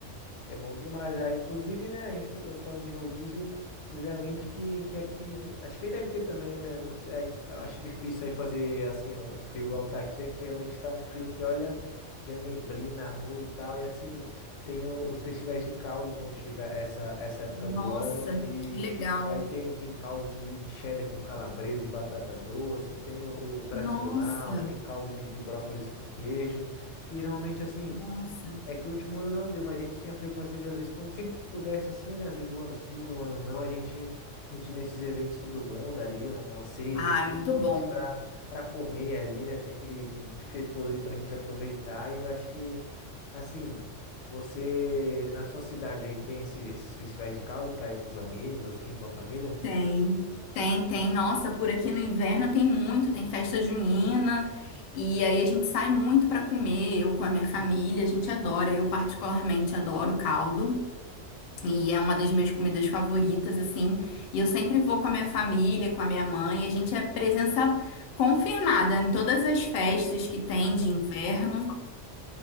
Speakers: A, on the left; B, on the left.
A: É bom demais. Ah, inclusive, né, a gente fa- eu falando de rodízio, me veio à mente que, que aqui, acho que aí deve ter também, né, não sei, ai- eu acho difícil aí fazer, assim, um frio igual tá aqui, aqui à noite tá um frio que, olha, chega neblina na rua e tal, e assim, tem o- os festivais de caldo quando chega essa, essa época
B: Nossa,
A: do ano, e
B: que legal.
A: aí tem, tem caldo de, de cheddar com calabresa e batata doce, tem o, o tradicional,
B: Nossa,
A: tem caldo de, de brócolis com queijo, e normalmente, assim...
B: nossa.
A: É que o último ano não deu, mas a gente tinha frequência de, às vezes, quando sempre que pudesse, assim, né? Às vezes um ano sim, um ano não, a gente, a gente ia nesses eventos todo mundo ali, umas seis,
B: Ai,
A: oito pessoas
B: muito bom.
A: ali pra, pra comer ali, né? Tem aquele, aquele buffet todo ali pra gente aproveitar. E eu acho que, assim, você, na sua cidade aí, tem esse- esses festivais de caldo pra ir com os amigos, assim, com a família?
B: Tem. Tem, tem. Nossa, por aqui no inverno tem muito, tem festa junina. E aí a gente sai muito para comer, eu com a minha família, a gente adora. Eu particularmente adoro caldo e é uma das minhas comidas favoritas assim. E eu sempre vou com a minha família, com a minha mãe, e a gente é presença confirmada em todas as festas que tem de inverno.